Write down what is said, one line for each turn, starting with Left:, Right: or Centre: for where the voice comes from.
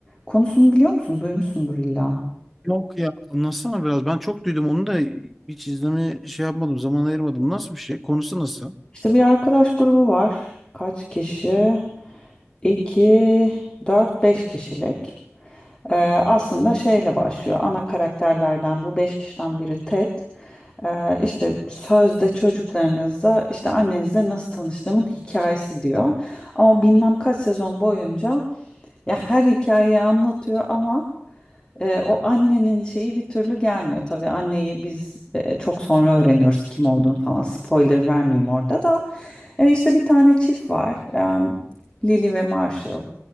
Left: Konusunu biliyor musun? Duymuşsundur illa.
Centre: Yok ya anlatsana biraz. Ben çok duydum onu da hiç izleme şey yapmadım. Zaman ayırmadım. Nasıl bir şey? Konusu nasıl?
Left: İşte bir arkadaş grubu var. Kaç kişi? 2, 4, 5 kişilik. Ee, aslında şeyle başlıyor. Ana karakterlerden bu beş kişiden biri Ted. Ee, işte sözde çocuklarınızla işte annenizle nasıl tanıştığımın hikayesi diyor. Ama bilmem kaç sezon boyunca ya her hikayeyi anlatıyor ama e, o annenin şeyi bir türlü gelmiyor tabii. Anneyi biz e, çok sonra öğreniyoruz kim olduğunu falan. Spoiler vermeyeyim orada da. E, işte bir tane çift var. E, Lily ve Marshall.